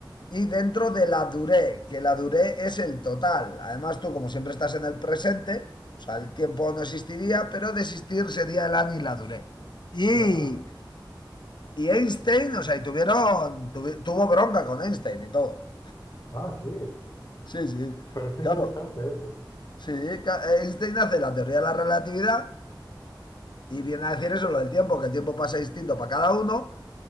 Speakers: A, on the left; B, on the left.
A: y dentro de la duré, que la duré es el total. Además, tú como siempre estás en el presente, o sea, el tiempo no existiría, pero de existir sería el ani y la duré. Y,
B: Ah.
A: y Einstein, o sea, y tuvieron, tuvi- tuvo bronca con Einstein y todo.
B: Ah, sí,
A: Sí, sí.
B: pero es interesante
A: Claro,
B: eso,
A: Sí, ca- eh, Einstein hace la teoría de la relatividad y viene a decir eso, lo del tiempo, que el tiempo pasa distinto para cada uno.